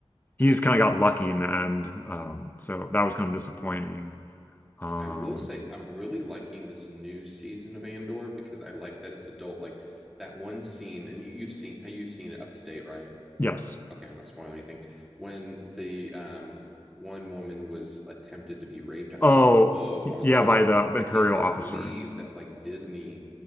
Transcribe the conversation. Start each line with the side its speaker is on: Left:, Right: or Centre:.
Left: he's kind of got lucky in the end. Um, so that was kind of disappointing. Um,
Centre: I will say I'm really liking this new season of Andor because I like that it's adult. Like that one scene, and you've seen uh, you've seen it up to date, right?
Left: yes.
Centre: Okay, I'm not spoiling anything. When the um one woman was attempted to be raped, I
Left: Oh,
Centre: was like, whoa.
Left: yeah,
Centre: I was like,
Left: by the
Centre: I
Left: Imperial
Centre: can't believe
Left: officer.
Centre: that like Disney